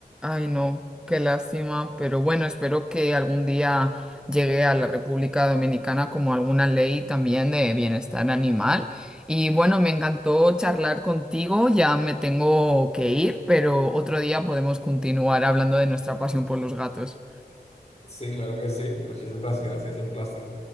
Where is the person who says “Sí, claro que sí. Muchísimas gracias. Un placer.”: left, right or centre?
Left